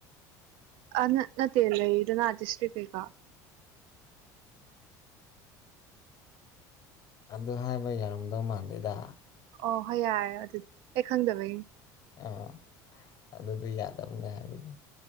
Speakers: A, on the right (about 70°); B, on the left (about 45°).
A: ꯑꯅ ꯅꯠꯇꯦꯔ ꯂꯩ ꯏ ꯅ ꯑꯇꯤꯁ꯭ ꯀꯦꯀ
B: ꯑꯗꯨ ꯍꯥꯏꯕ ꯌꯥꯔꯝꯗꯧ ꯃꯥꯟꯗꯦꯗ
A: ꯑꯣ ꯍꯣꯏ ꯌꯥꯔꯦ ꯑꯗꯨꯗꯤ ꯑꯩ ꯈꯪꯗꯕꯩꯅꯦ
B: ꯑꯥ ꯑꯗꯨꯗꯤ ꯌꯥꯗꯕꯅꯦ ꯍꯥꯏꯕꯗꯣ